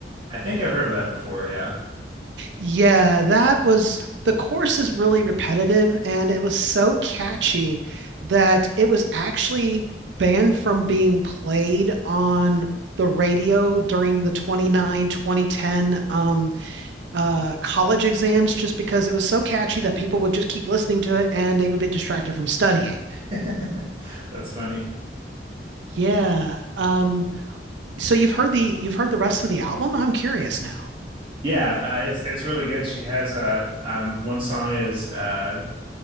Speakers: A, on the right (about 30°); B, on the right (about 80°).
A: I think I've heard of that before, yeah.
B: Yeah, that was the chorus is really repetitive and it was so catchy that it was actually banned from being played on the radio during the twenty nine 2010 um uh, college exams just because it was so catchy that people would just keep listening to it and they would be distracted from studying.
A: <laughs> That's funny.
B: Yeah. Um, so you've heard the you've heard the rest of the album? I'm curious now.
A: Yeah, uh, it's it's really good. She has uh um one song is uh